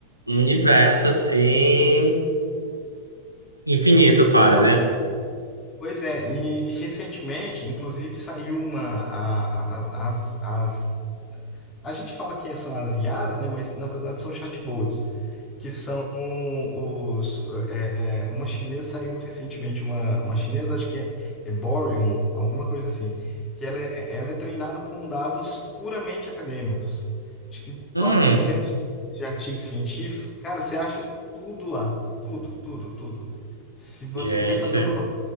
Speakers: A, on the right; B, on the left.
A: um universo, assim, infinito
B: e-
A: quase.
B: então, pois é, e recentemente, inclusive, saiu uma, a, a- as, as, a gente fala que são as IAs, né? Mas, na verdade, são chatbots. que são os. é, uma chinesa saiu recentemente, uma, uma chinesa, acho que é, é Boryun, alguma coisa assim, que ela é, ela é treinada com dados puramente acadêmicos. Acho que
A: Hum,
B: quase 200 milhões de artigos científicos. Cara, você acha tudo lá. Tudo, tudo, tudo. Se você
A: gente.
B: quer fazer uma.